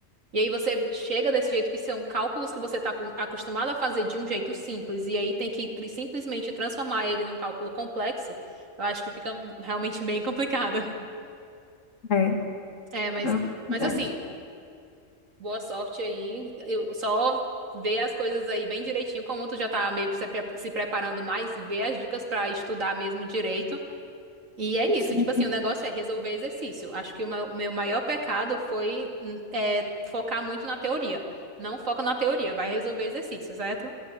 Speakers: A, on the right; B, on the left.
A: E aí você chega desse jeito que são cálculos que você está acostumado a fazer de um jeito simples, e aí tem que tri- simplesmente transformar ele num cálculo complexo, eu acho que fica realmente <laughs> bem complicado.
B: É,
A: É, mas,
B: na verdade.
A: mas assim. Boa sorte aí. Eu só vê as coisas aí bem direitinho, como tu já tá meio que se pre- se preparando mais, vê as dicas pra estudar mesmo direito. E é isso,
B: Sim,
A: tipo assim, o negócio é resolver exercício. Acho que o meu, meu maior pecado foi hum, é, focar muito na teoria. Não foca na teoria, vai resolver exercício, certo?